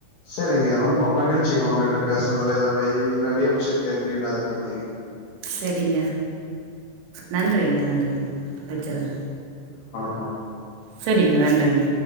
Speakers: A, on the left; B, on the right.
A: செரிங்க ரொம்ப மகிழ்ச்சிங்க உங்கட்ட பேசனதுல இத இன்னை நெறைய விஷ்யம் தெரிஞ்சுகன அத பத்தீங்க
B: செரிங்க நன்றிங்க நன்றிங்க வச்சுருங்க
A: கம்
B: சரிங்க நன்றிங்க